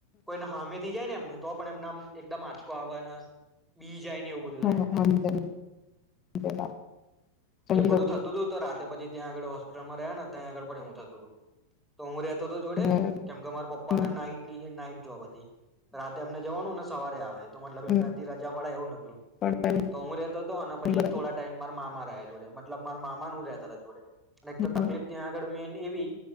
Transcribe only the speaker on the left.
હા
હા
હા બીજા બીજા સમજી
શકું
છું
હમ
હમ
હમ હમ
પણ
બરાબર
હમ